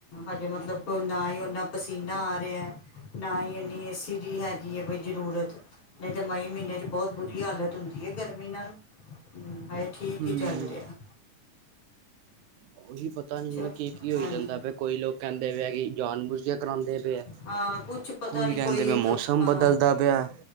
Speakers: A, on the left; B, on the right.
A: ਹਜੇ ਮਤਲਬ ਕੋ ਨਾ ਹੀ ਓਨਾ ਪਸੀਨਾ ਆ ਰਿਹਾ ਨਾ ਹੀ ਇੰਨੀ ਏਸੀ ਡੀ ਹੈ ਗੀ ਏ ਬਈ ਜ਼ਰੂਰਤ ਨਹੀਂ ਤੇ ਮਈ ਮਹੀਨੇ ਚ ਬਹੁਤ ਬੁਰੀ ਹਾਲਤ ਹੁੰ ਗਰਮੀ ਨਾਲ ਹਮ ਹਾਏ ਠੀਕ ਹੀ ਚੱਲ
B: ਹੂੰ
A: ਰਿਹਾ
B: ਉਹੀ ਪਤਾ ਨ
A: ਚ
B: ਕੀ-ਕੀ ਹੋ
A: ਹਾਂਜੀ
B: ਜਾਂਦਾ ਪਿਆ। ਕੋਈ ਲੋਕ ਕਹਿੰਦੇ ਪਏ ਆ ਕਿ ਜਾਨ ਬੂਝ ਕੇ ਕਰਉਂਦੇ ਪਏ ਆ।
A: ਹਾਂ ਕੁਛ ਪਤਾ
B: ਕੋਈ
A: ਨਹੀਂ
B: ਕਹਿੰਦੇ
A: ਇੱਕ
B: ਮੌਸਮ
A: ਹਾਂ
B: ਬਦਲਦਾ ਪਿਆ।